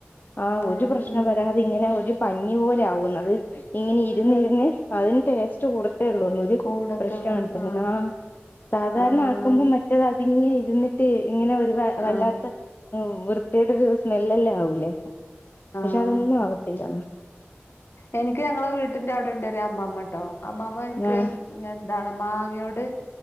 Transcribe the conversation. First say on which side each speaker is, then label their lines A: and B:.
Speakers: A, on the left; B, on the left.
A: ആ
B: ആഹ്
A: ഒരു പ്രശ്നം
B: ഉം
A: വരാതെ ഇങ്ങനെ ഒരു ഭംഗി പോലെ ആവുന്നത്. ഇങ്ങനെ ഇരുന്നിരുന്ന്
B: ഉം
A: അതിന് ടേസ്റ്റ് കൂടത്തെ ഉള്ളൂ ഒരു
B: കൂടത്തുള്ളൂ
A: പ്രശ്ന പ്രേശ്നാ
B: ആഹ്
A: ആ സാധാരണ
B: ആഹ്
A: ആക്കുമ്പോ മറ്റേത ഇതിങ്ങനെ ഇരുന്നിട്ട് ഇങ്ങനെ ഒരു വ വല്ലാത്ത
B: ആഹ്
A: വൃ ഒരു സ്മെല്ലെല്ലാം ആവൂലേ പക്ഷെ
B: ആഹ്
A: അതൊന്നും ആവത്തില്ല
B: എനിക്ക് ഞങ്ങളെ വീട്ടിന്റെ അവിടെ ണ്ടൊരു അമ്മമ്മട്ടോ അമ്മാമ്മ ഇൻക്ക്
A: ആ
B: എന്താണ് മാങ്ങയോട്